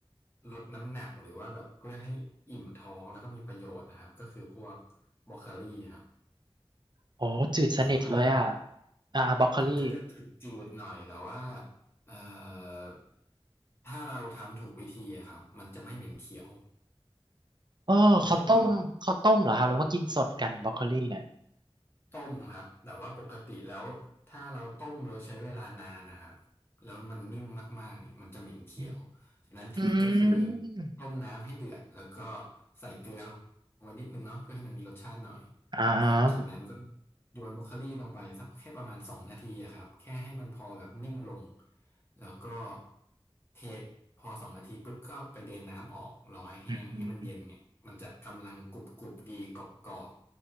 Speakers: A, on the left (about 25°); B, on the right (about 50°).
A: ลดน้ำหนักหรือว่าแบบเพื่อให้อิ่มท้องแล้วก็มีประโยชน์นะครับก็คือพวกบรอกโคลีครับ
B: โอ้จืดสนิทเลยอ่ะ
A: แต่ว่า
B: อ่าบรอกโคลี
A: มันก็จะจืดๆหน่อยแต่ว่าเอ่อถ้าเราทำถูกวิธีอะครับมันจะไม่เหม็นเขียว
B: เออเขาต้มเขาต้มเหรอครับหรือว่ากินสดกันบรอกโคลี่เนี่ย
A: เขาบอกว่าต้มครับแต่ว่าปกติแล้วถ้าเราต้มโดยใช้เวลานานนะครับแล้วมันนิ่มมากๆเนี่ยมันจะเหม็นเขียว
B: อืม
A: ฉะนั้นทริคก็คือ
B: อืม
A: ต้มน้ำให้เดือดแล้วก็ใส่เกลือลงไปนิดนึงเนาะเพื่อให้มันมีรสชาติหน่อย
B: อ่าฮะ
A: จากจากนั้นก็โยนบรอกโคลีลงไปสักแค่ประมาณสองนาทีอะครับแค่ให้มันพอแบบนิ่มลง แล้วก็เทพอสองนาทีปุ๊บก็ไปเดนน้ำออกรอให้แห้งให้มันเย็นเนี่ยมันจะกำลังกรุบกรุบดีกรอบกรอบ
B: อืม